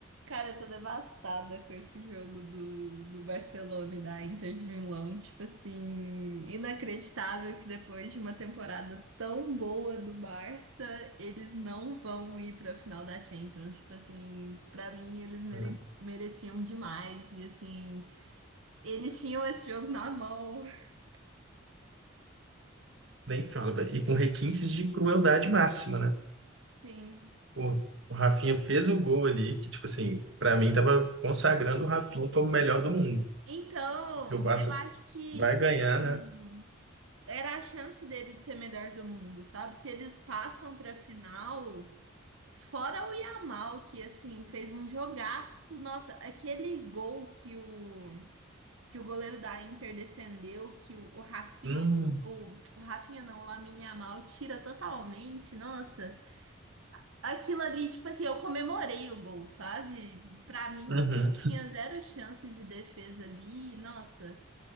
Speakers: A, on the right (about 75°); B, on the right (about 65°).
A: Cara, eu tô devastada com esse jogo do, do Barcelona e da Inter de Milão. Tipo assim, inacreditável que depois de uma temporada tão boa do Barça, eles não vão ir pra final da Champions. Tipo assim, pra mim eles mere-
B: Não,
A: mereciam demais. E assim, eles tinham esse jogo na mão. <laughs>
B: Nem fala, velho. E com requintes de crueldade máxima, né?
A: Sim.
B: Pô, o Rafinha fez o gol ali, que, tipo assim, pra mim tava consagrando o Rafinha como o melhor do mundo.
A: Então,
B: Porque o Barça
A: eu acho que,
B: vai
A: tipo
B: ganhar,
A: assim,
B: né?
A: era a chance dele de ser melhor do mundo, sabe? Se eles passam pra final. Fora o Yamal, que assim fez um jogaço. Nossa, aquele gol que o, que o goleiro da Inter defendeu, que o, o Rafinha,
B: Hum,
A: o, o Rafinha não, o Lamine Yamal tira totalmente. Nossa, aquilo ali, tipo assim, eu comemorei o gol, sabe? Pra mim,
B: uhum.
A: tinha zero chance de defesa ali. Nossa,